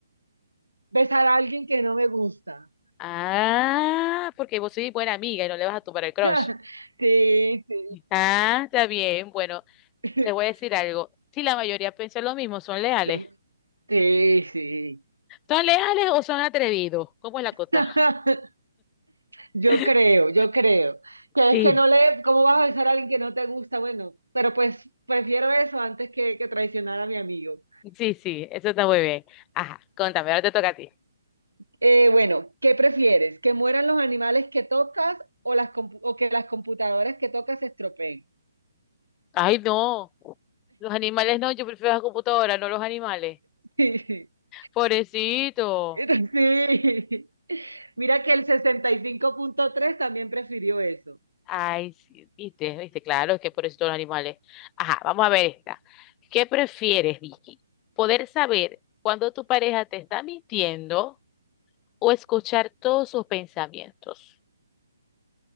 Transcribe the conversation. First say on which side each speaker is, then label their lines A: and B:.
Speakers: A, on the right (about 85°); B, on the left (about 20°).
A: Besar a alguien que no me gusta.
B: Ah, porque vos sois buena amiga y no le vas a tumbar el crush.
A: <laughs> Sí, sí.
B: Ah, está bien. Bueno,
A: <laughs>
B: te voy a decir algo. Si la mayoría piensa lo mismo, ¿son leales?
A: Lo- Sí, sí.
B: ¿Son leales o son atrevidos? ¿Cómo es la cosa?
A: <laughs> Yo
B: <laughs>
A: creo, yo creo. Que
B: Sí.
A: es que no le, ¿cómo vas a besar a alguien que no te gusta? Bueno, pero pues prefiero eso antes que, que traicionar a mi amigo.
B: Sí, sí, eso está muy bien. Ajá, contame, ahora te toca a ti.
A: Eh, bueno, ¿qué prefieres? ¿Que mueran los animales que tocas o, las compu- o que las computadoras que tocas se estropeen?
B: Ay, no. Los animales no, yo prefiero la computadora, no los animales.
A: <laughs>
B: Pobrecito.
A: Sí. Mira que el sesenta y cinco punto tres también prefirió eso.
B: Ay, sí, viste, viste, claro, es que por eso todos los animales. Ajá, vamos a ver esta. ¿Qué prefieres, Vicky? ¿Poder saber cuando tu pareja te está mintiendo o escuchar todos sus pensamientos?